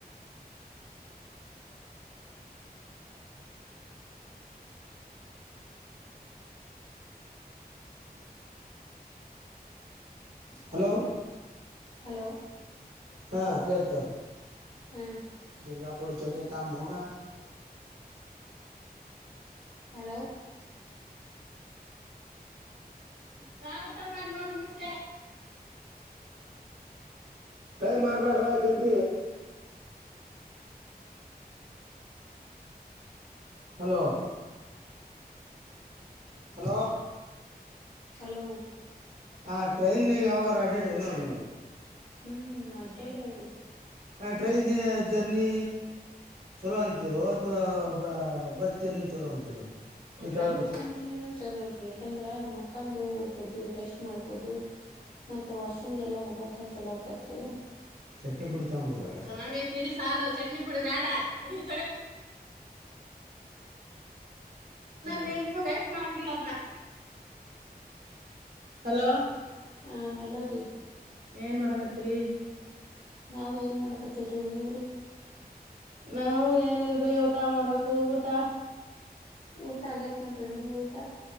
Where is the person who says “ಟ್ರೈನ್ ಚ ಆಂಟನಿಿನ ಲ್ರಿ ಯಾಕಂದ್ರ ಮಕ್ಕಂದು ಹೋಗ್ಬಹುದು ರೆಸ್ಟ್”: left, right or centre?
Left